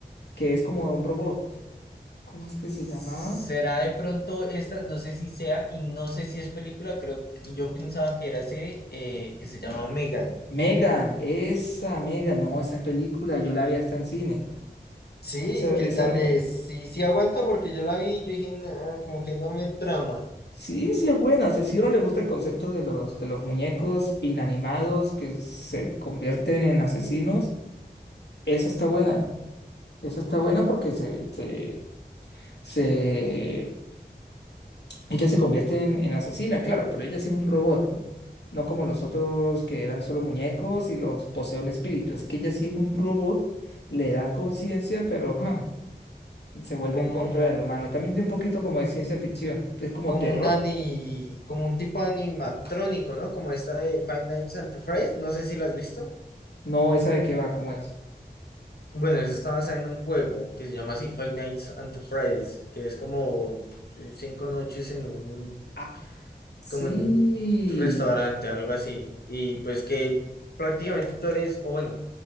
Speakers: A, on the left; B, on the left.
A: que es como un robot. ¿Cómo es que
B: ¿Será
A: se llamaba?
B: de pronto esta? No sé si sea, y no sé si es película, creo que yo pensaba que era serie, eh, que se llama Megan.
A: Megan, esa Megan, no, esa película yo la vi hasta en cine.
B: Sí,
A: Esa,
B: ¿y qué
A: esa
B: tal
A: la-
B: es? Sí, sí aguanta porque yo la vi, yo dije, "Nah, como que no me trama,
A: Sí, sí es buena. O sea, si a uno le gusta el concepto de los, de los muñecos inanimados que se convierten en asesinos, esa está buena. Esa está buena porque se, se, se... ella se convierte en, en asesina, claro, pero ella sí es un robot, ¿no? No como los otros que eran solo muñecos y los posee un espíritu. Es que ella sí es un robot, le dan conciencia, pero... ajá. se vuelve
B: como,
A: en contra del humano. También tiene un poquito como de ciencia ficción, es como
B: como
A: terror.
B: un ani, como un tipo animatrónico, ¿no? Como esta de Five Nights at Freddy's, no sé si lo has visto.
A: No, esa de qué va, como es
B: Bueno, eso está basado en un juego que se llama así Five Nights at Freddy's, que es como eh, cinco noches en un,
A: Ah, sí.
B: como en un restaurante, algo así. Y pues que prácticamente tú eres, o bueno,